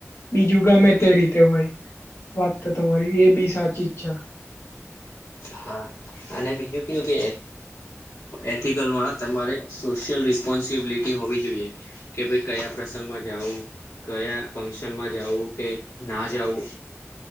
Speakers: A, on the left (about 55°); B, on the left (about 80°).
A: બીજું ગમે તે રીતે હોય વાત તો તમારી એ બી સાચી જ છે
B: હા અને બીજું કેવું કે એથિકલમાં તમારે સોશિયલ રિસ્પોન્સિબિલિટી કે હોવી જોઈએ કે ભઈ કયા પ્રસંગમાં જવું કયા ફંકશન મા મા જવું કે ના જવું